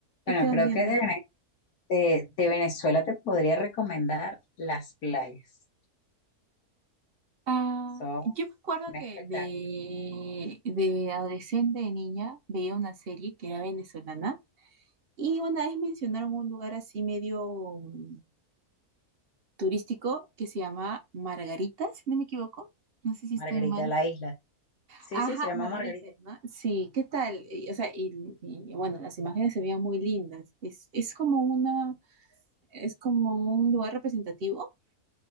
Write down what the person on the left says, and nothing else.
Bueno,
creo que de, Vene- de- de Venezuela te podría recomendar las playas.
Son
un
espectáculo.
Margarita
la Isla. Sí,
sí, se llama
Margarita.